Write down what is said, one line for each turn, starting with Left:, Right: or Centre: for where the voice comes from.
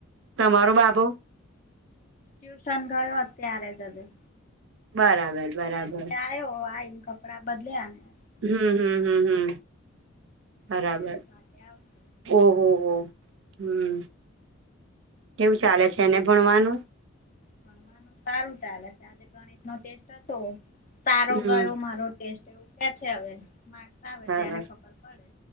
Right: તમાર બાબુ?
Left: ટ્યુશન ગયો અત્યારે જ હજી
Right: બરાબર.
Left: સ્કૂલેથી
Right: બરાબર
Left: આયો આઈને કપડા બદલ્યા ને ટ્યુશન
Right: હમ હમ
Left: ગયો.
Right: હમ હમ બરાબર
Left: હવે આઠ વાગે આવશે.
Right: ઓહોહો હમ કેવું ચાલે છે, એને ભણવાનું?
Left: ભણવાનું સારું ચાલે છે, આજે ગણિતનો ટેસ્ટ હતો સારો
Right: હમ
Left: ગયો મારો ટેસ્ટ એવું કે છે હવે માર્ક્સ આવે
Right: સરસ
Left: ત્યારે ખબર પડે